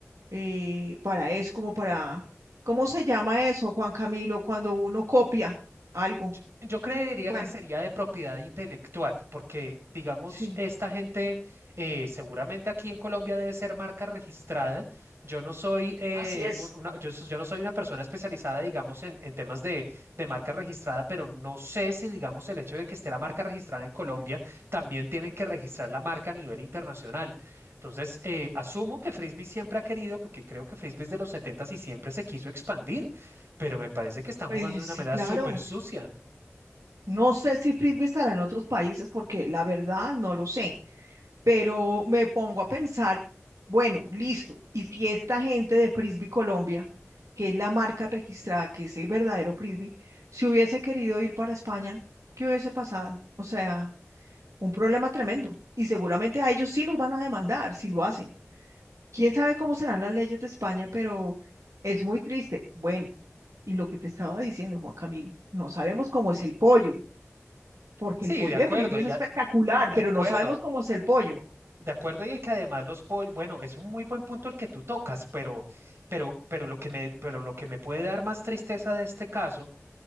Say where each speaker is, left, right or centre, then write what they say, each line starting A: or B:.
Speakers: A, on the right; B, on the right.
A: eh, para eso, como para, ¿cómo se llama eso, Juan Camilo, cuando uno copia algo?
B: Yo, yo creería
A: Bueno,
B: que sería de propiedad intelectual, porque, digamos,
A: sí,
B: esta gente eh, seguramente aquí en Colombia debe ser marca registrada. Yo no soy, eh,
A: así es.
B: un- una, yo, so- yo no soy una persona especializada, digamos, en, en temas de, de marca registrada, pero no sé si, digamos, el hecho de que esté la marca registrada en Colombia, también tienen que registrar la marca a nivel internacional. Entonces, eh, asumo que Frisbee siempre ha querido, porque creo que Frisbee es de los 70 y siempre se quiso expandir, pero me parece que están
A: Pues
B: jugando de una
A: sí,
B: manera
A: claro.
B: súper sucia.
A: No sé si Frisbee estará en otros países porque la verdad no lo sé. pero me pongo a pensar, bueno, listo, y si esta gente de Frisbee Colombia, que es la marca registrada, que es el verdadero Frisbee, si hubiese querido ir para España, ¿qué hubiese pasado? O sea, un problema tremendo. Y seguramente a ellos sí los van a demandar si lo hacen. Quién sabe cómo serán las leyes de España, pero es muy triste. Bueno, y lo que te estaba diciendo, Juan Camilo, no sabemos cómo es el pollo, porque
B: Sí,
A: el pollo
B: de acuerdo,
A: de Frisbee
B: y
A: es espectacular,
B: a- de
A: pero
B: acuerdo,
A: no sabemos cómo es el pollo.
B: de acuerdo, y que además los pollos, bueno, es un muy buen punto el que tú tocas, pero, pero, pero lo que me, pero lo que me puede dar más tristeza de este caso